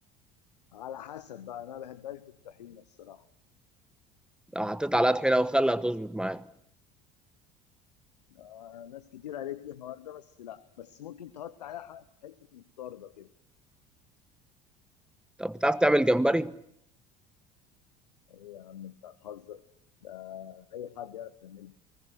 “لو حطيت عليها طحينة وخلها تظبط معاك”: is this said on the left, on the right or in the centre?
Centre